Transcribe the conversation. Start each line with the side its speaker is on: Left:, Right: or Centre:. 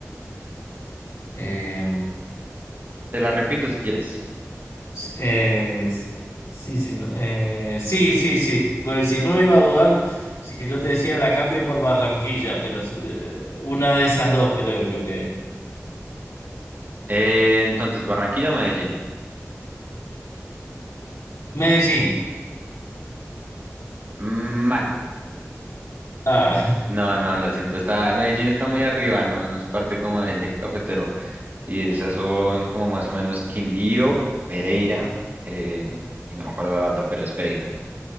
Left: Eh,
Right: Te la repito si quieres.
Left: s- eh, s- sí, sí, no, eh, sí, sí, sí. Pues si no iba a dudar, si yo te decía la cambio por Barranquilla, pero eh, una de esas dos creo yo que es.
Right: Eh, entonces, Barranquilla, Medellín.
Left: Medellín.
Right: Mm, Mal.
Left: Ah,
Right: No, no, lo siento. Está, Medellín está muy arriba, no, no es parte como del eje cafetero. Y esas son como más o menos Quindío, Pereira, eh, y no me acuerdo de la otra, pero es Pereira.